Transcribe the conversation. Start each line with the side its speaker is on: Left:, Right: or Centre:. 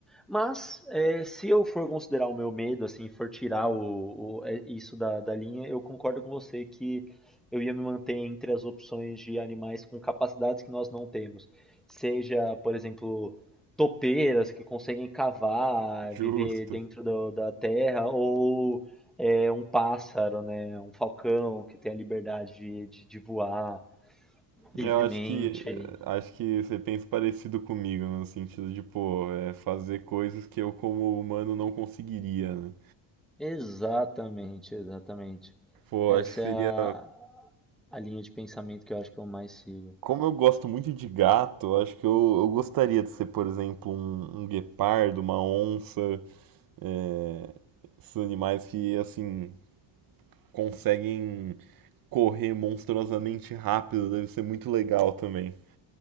Centre: Mas é, se eu for considerar o meu medo, assim, for tirar o, o- é, isso da, da linha, eu concordo com você que eu ia me manter entre as opções de animais com capacidades que nós não temos. Seja, por exemplo, topeiras que conseguem cavar,
Right: justo.
Centre: viver dentro do- da terra, ou é, um pássaro, né, um falcão que tem a liberdade de, de, de voar livremente.
Right: Eu acho que acho que você pensa parecido comigo, no sentido de, pô, é fazer coisas que eu como humano não conseguiria, né?
Centre: Exatamente, exatamente.
Right: Pô,
Centre: Essa
Right: acho que seria.
Centre: é a, A linha de pensamento que eu acho que eu mais sigo.
Right: Como eu gosto muito de gato, acho que eu, eu gostaria de ser, por exemplo, um, um guepardo, uma onça, é, esses animais que, assim, conseguem correr monstruosamente rápido, deve ser muito legal também.